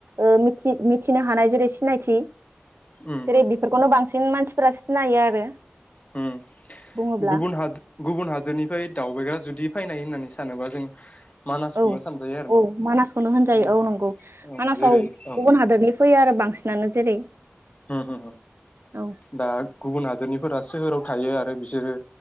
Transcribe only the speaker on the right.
ओ मिथिनो हानाय जेरै सिनायथि। जेरै
बेफोरखौनो बां सिन मानसि फोरा सिनायो आरो।
बुङोब्ला
औ
औ
मानासखौनो होनजायो।
औ नंगौ
मानासाव
गुबुन हादरनि फैयो आरो बांसिन नानो जेरै
औ